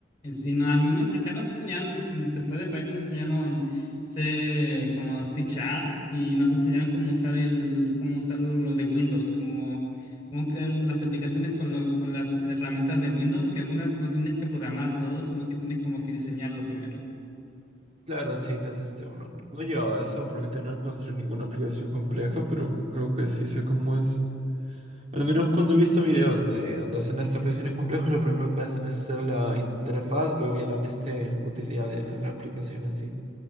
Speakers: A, on the left; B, on the right.
A: Sí, no, a mí nos, acá nos enseñaron, después de Python nos enseñaron C, como C Sharp y nos enseñaron cómo usar el, cómo usar lo lo de Windows, cómo, cómo crear las aplicaciones con, lo- con las herramientas de Windows, que algunas no tienes que programar todo, sino que tienes como que diseñarlo primero.
B: Claro, sí, te haces este uno. No llevaba eso porque tenía que construir ninguna aplicación compleja, pero creo que sí sé cómo es. Al menos cuando he visto videos de donde hacen estas aplicaciones complejas, lo primero que hacen es hacer la interfaz, luego ya la dan este utilidad en la aplicación así.